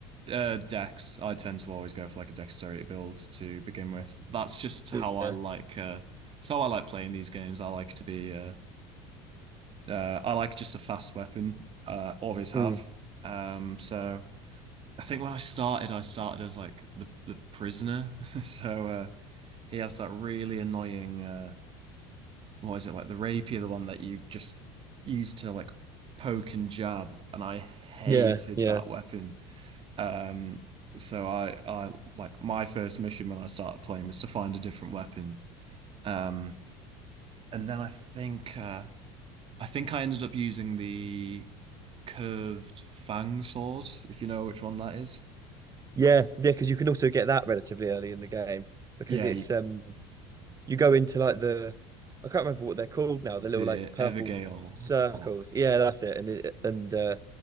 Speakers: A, on the right; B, on the right.
A: uh Dex. I tend to always go for like a dexterity build to begin with. That's just how
B: Yeah.
A: I like uh it's how I like playing these games. I like to be uh uh I like just a fast weapon. Uh always have.
B: Mm.
A: Um so I think when I started, I started as like the the prisoner. <laughs> So uh, he has that really annoying uh, what is it like the rapier, the one that you just use to like poke and jab, and I hated
B: Yeah. Yeah.
A: that weapon. Um, so I I like my first mission when I started playing was to find a different weapon. Um, and then I think uh, I think I ended up using the curved fang sword, if you know which one that is.
B: Yeah. Yeah. Because you can also get that relatively early in the game because
A: Yeah,
B: it's
A: you
B: um you go into like the I can't remember what they're called now,
A: the
B: the little like purple
A: Evergale.
B: circles.
A: Oh,
B: Yeah, that's it. And it, and uh,